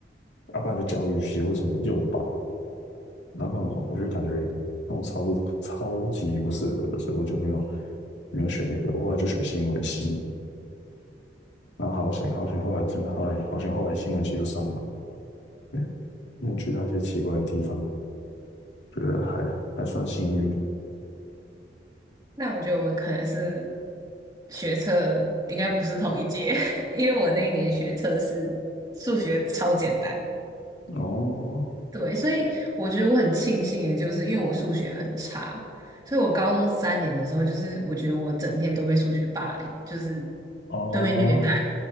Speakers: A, on the left; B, on the right.
A: 阿爸然就教育系或什么幼保，然后我就感觉那我超不超级不适合的，所以我就没有没有选那个，我后来就选新闻系，然后好险好险，后来真的好险好险，后来新闻系就上了，因为因为去到一些奇怪的地方，觉得还还算幸运
B: 那我觉得我们可能是学测应该不是同一届，<laughs> 因为我那一年学测是数学超简单，
A: 哦
B: 对，所以我觉得我很庆幸的就是，因为我数学很差，所以我高中三年的时候，就是我觉得我整天都被数学霸凌，就是
A: 哦
B: 都被虐待，